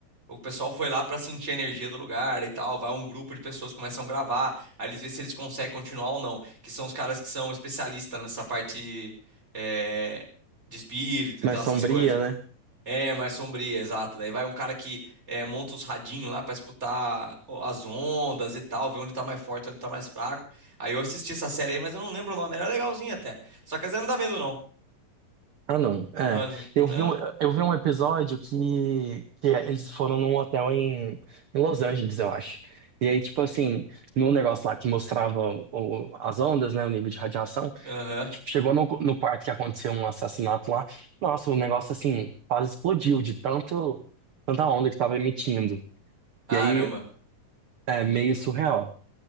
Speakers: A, on the right; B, on the right.
A: O pessoal foi lá para sentir a energia do lugar e tal. Vai um grupo de pessoas começam a gravar. Aí eles vê se eles conseguem continuar ou não. Que são os caras que são especialistas nessa parte é, de espírito e
B: Mas
A: tal, essas
B: Sombria,
A: coisas.
B: né?
A: É, mais sombria, exato. Daí vai um cara que é, monta os radinhos lá para escutar o- as ondas e tal, ver onde tá mais forte, onde tá mais fraco. Aí eu assisti essa série aí, mas eu não lembro o nome. Era legalzinha até. Só que às vezes não dá medo, não.
B: Ah, não. É.
A: Não, às vezes
B: Eu
A: não.
B: vi um, eu vi um episódio que, que eles foram num hotel em, em Los Angeles, eu acho. E aí, tipo assim, no negócio lá que mostrava o- as ondas, né? O nível de radiação.
A: Aham.
B: tipo, chegou no, no quarto que aconteceu um assassinato lá. Nossa, o negócio assim, quase explodiu de tanto, tanta onda que tava emitindo.
A: Caramba.
B: E aí, é meio surreal.